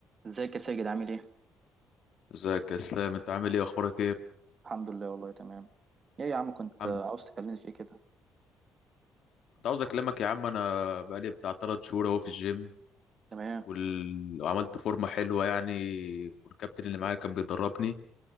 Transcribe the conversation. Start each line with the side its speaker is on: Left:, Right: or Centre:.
Right: ازيك يا ساجد عامل ايه؟
Left: ازيك يا اسلام انت عامل ايه اخبارك ايه يا
Right: الحمد لله والله تمام ايه يا عم كنت
Left: عم-
Right: آه، عاوز تكلمني في ايه كده؟
Left: كنت عاوز اكلمك يا عم انا بقالي بتاع 3 شهور اهو في الجيم
Right: تمام
Left: وال... وعملت فورمه حلوه يعني والكابتن اللي معايا كان بيدربني